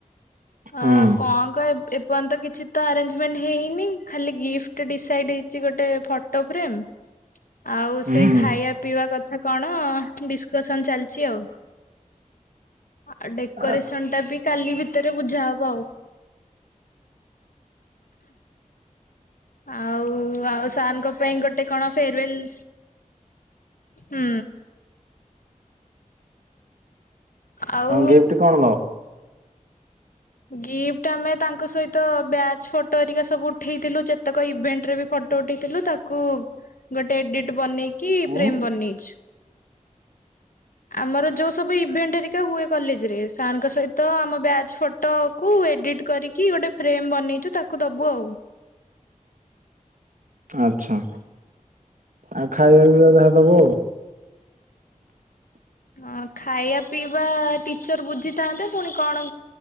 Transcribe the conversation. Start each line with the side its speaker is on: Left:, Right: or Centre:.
Right: ହୁଁ
Left: ଅ କଣ କହି ଏବ୍ ପନ୍ତ କିଛି ତ ଆରେଞ୍ଜମେଣ୍ଟ ହେଇନି। ଖାଲି ଗିଫ୍ଟ ଡିସାଇଡ୍ ହେଇଛି ଗୋଟେ ଫଟୋ ଫ୍ରେମ୍। ଆଉ
Right: ହୁଁ।
Left: ସେଇ ଖାଇବା ପିଇବା କଥା କଣ ଡିସ୍ କ ସନ୍ ଚାଲିଚି ଆଉ। ଆ ଡେକୋରେସନ୍
Right: ଆଛା
Left: ଏଟା ବି କାଲି ଭିତରେ ବୁଝା ହବ ଆଉ। ଆଉ ଆଉ ସାର୍ ଙ୍କ ପାଇଁ ଗୋଟେ କଣ ଫେରୱଲ ହୁଁ। ଆଉ
Right: ତାଙ୍କୁ ଗିଫ୍ଟ କଣ ଦବ?
Left: ଗିଫ୍ଟ ଆମେ ତାଙ୍କ ସହିତ ବ୍ୟାଚ୍ ଫଟୋ ହେରିକା ସବୁ ଉଠେଇଥିଲୁ, ଯେତେକ ଇଭେଣ୍ଟରେ ବି ଫଟୋ ଉଠିଥିଲୁ। ତାକୁ ଗୋଟେ ଏଡିଟ୍ ବନେଇକି
Right: ଉଁ?
Left: ଫ୍ରେମ୍ ବନେଇଛୁ। ଆମର ଯୋଉ ସବୁ ଇଭେଣ୍ଟ ହେରିକା ହୁଏ କଲେଜରେ, ସାର୍ ଙ୍କ ସହିତ ଆମ ବ୍ୟାଚ୍ ଫୋ ଫଟ କୁ ଏଡିଟ୍ କରିକି ଗୋଟେ ଫ୍ରେମ୍ ବନେଇଛୁ, ତାକୁ ଦବୁ ଆଉ।
Right: ଆଚ୍ଛା। ଆଉ ଖାଇବା ପିଇବା ଯାହା ଦବ ଆଉ।
Left: ଆଉ ଖାଇବା ପିଇବା ଟିଚର ବୁଝିଥାନ୍ତେ ପୁଣି କଣ